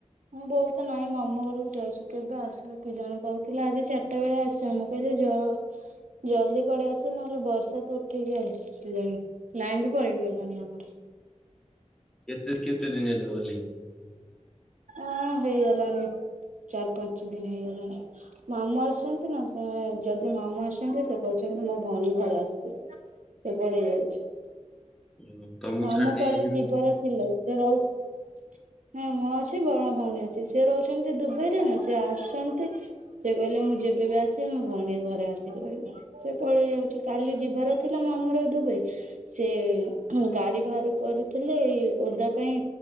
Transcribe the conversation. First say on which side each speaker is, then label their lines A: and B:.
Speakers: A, on the right; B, in the centre.
A: ଉଁ ବୋଉ ନାଇଁ ମାମୁଁ ଘରକୁ ଯାଇଛି କେବେ ଆସିବ କି ଜାଣି କହୁଥିଲା ଆଜି ଚାରିଟା ବେଳେ ଆସିମୁ। କହିଲେ ଜ ଜଲ୍ଦି ପଡେଇ ଆସିବୁ ନହେଲେ ବର୍ଷା ତ ଉଠେଇକି ରହିଛି ଆସିଲାଣି। ଲାଇନ ବି ପଳେଇଗଲାଣି ଆମରେ।
B: କେତେ ସ କେତେ ଦିନି ହେଲା ଗଲେଣି?
A: ଅଁ ହେଇଗଲାଣି ଚାରି ପାଞ୍ଚ ଦିନି ହେଇଗଲାଣି। ମାମୁଁ ଆସଛନ୍ତି ନା ସେମାନେ ଯଦି ମାମୁଁ ଆସଛନ୍ତି ସେ କହୁଛନ୍ତି ମୋ ଭଉଣୀ ଘରେ ଆସିକିରହୁ। ସେ ପଳେଇ ଯାଉଛି।
B: ଓହୋ ତମକୁ
A: ମାମୁଁ
B: ଛାଡି ଦେଇ
A: କାଲି
B: ଯାଇଛନ୍ତି।
A: ଯିବାର ଥିଲେ ସେ ରହୁଛ ନାଇଁ ମୁଁ ଅଛି ମ ଭଉଣୀ ଅଛି ସିଏ ରହୁଛନ୍ତି ଦୁବାଇ ରେ ନା ସିଏ ଆସୁଛନ୍ତି ସେ କହିଲେ ମୁଁ ଯେବେ ବି ଆସେ ମୋ ଭଉଣୀ ଘରେ ଆସିକି ରହିବ। ସେ ପଳେଇ ଯାଉଛି କାଲି ଯିବାର ଥିଲା ମାମଁର ଦୁବାଇ ସେ ଉଁ ଗାଡି ଭାଆର କରୁଥିଲେ ଏଇ ଓଦା ପାଇଁ